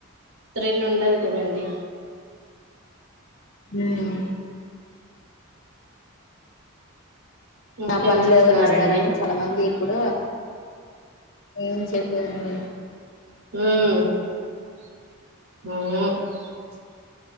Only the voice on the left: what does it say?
హ్మ్
నా పనులు
ఏవోటి ఇస్తారని చాలా మంది ఇప్పుడు ఏం చేయట్లేదండి